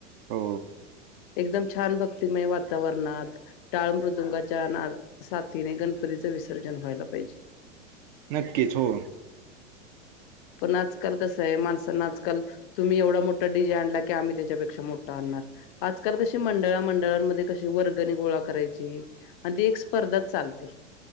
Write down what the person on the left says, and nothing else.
एगदम छान भक्तीमय वातावरणात. टाळ मृदंगाच्या नादा साथिने गणपतीचे विसर्जन व्हायला पाहिजे.
पण नाचकाल कसाय मान्स तण नाचकाल तुम्ही एवडा मोठा डिजे आनला की आम्ही तेच्या पेक्षा मोठा आन्नार. आजकाल कशी मंडळा मंडळांमध्ये कशी वर्गणी गोळा करायची. <unintelligible> एक स्पर्धा चालते.